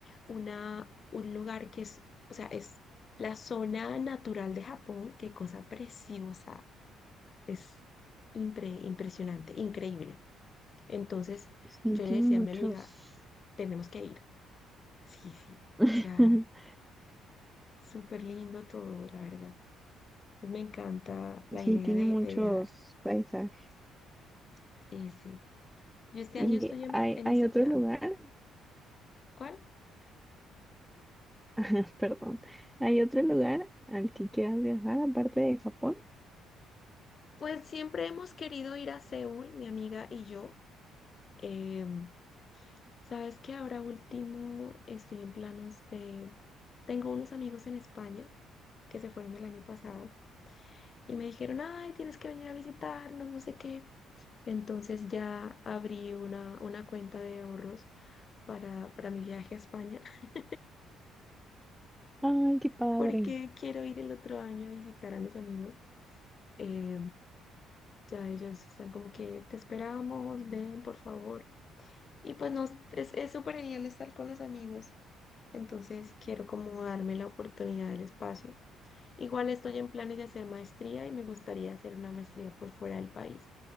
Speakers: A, on the left; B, in the centre.
A: una, un lugar que es, o sea, es la zona natural de Japón, qué cosa preciosa, es impre- impresionante, increíble. Entonces
B: sí,
A: yo
B: tiene
A: le decía
B: muchos.
A: a mi amiga, tenemos que ir. Sí, sí.
B: <laughs>
A: O sea, súper lindo todo, la verdad. Pues me encanta la
B: Sí,
A: idea
B: tiene
A: de,
B: muchos
A: de viajar.
B: paisajes.
A: Sí, sí. Yo este
B: Y
A: año estoy en,
B: hay,
A: en
B: hay
A: ese
B: otro
A: plan.
B: lugar,
A: ¿Cuál?
B: <laughs> perdón, hay otro lugar al que quieras viajar aparte de Japón.
A: Pues siempre hemos querido ir a Seúl, mi amiga y yo. Em, sabes que ahora último estoy en planos de... Tengo unos amigos en España que se fueron el año pasado. y me dijeron, ay, tienes que venir a visitarnos, no sé qué. Entonces ya abrí una, una cuenta de ahorros para, para mi viaje a España, <laughs>
B: Ay, qué padre.
A: porque quiero ir el otro año a visitar a mis amigos. Eh, ya ellos están como que te esperamos, ven, por favor. Y pues no, es, es súper genial estar con los amigos. Entonces quiero como darme la oportunidad del espacio. Igual estoy en planes de hacer maestría y me gustaría hacer una maestría por fuera del país.